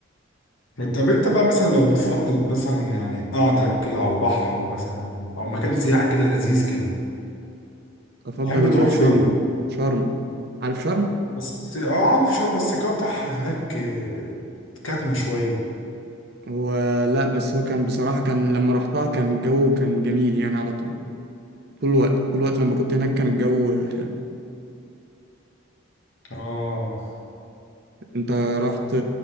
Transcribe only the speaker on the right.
افضل
شرم شرم عارف شرم
هو لا بس هو كان بصراحة كان لما رحتها كان الجو كان جميل يعني على طول طول الوقت طول الوقت لما كنت هناك كان الجو حلو
انت رحت